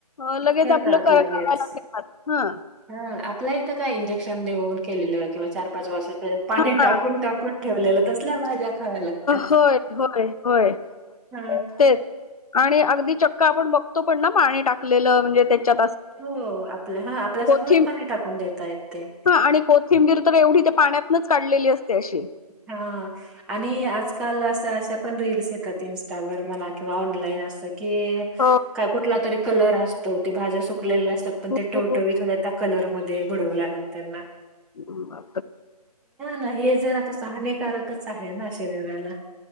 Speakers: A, on the left; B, in the centre.
A: अ लगेच
B: करतात
A: आपलं करायला
B: लगेच
A: गेतात ह
B: हा आपल्या इथं का इंजेक्शन देऊन केलेलं किंवा चार पाच वर्षा पाणी
A: हा
B: टाकून टाकून ठेवलेलं तसल्या भाज्या खाव्या लागतात.
A: होय होय होय
B: अ
A: तेच आणि अगदी चक्क आपण बघतो पण ना पाणी टाकलेलं म्हणजे त्या
B: हो आपल्या हा आपल्या समोरच
A: कोथं
B: पाणी टाकून देतायेत ते.
A: आणि कोथिंबीर तर एवढी पाण्यात च काढलेली असते. अशी
B: हा आणि आजकाल असं अशा पण रील्स येतात इनस्टावर म्हणा कि ऑनलाईन अस की
A: हो
B: काय कुठला तरी कलर असतो, ते भाज्या सुकलेल्या असतात पण
A: हो
B: ते टवटवी
A: हो.
B: थोड्या कलर मधे बुडवल्यानंतरना
A: हम्.
B: ना हे जरा असं हानिककच आहे ना शरीराला.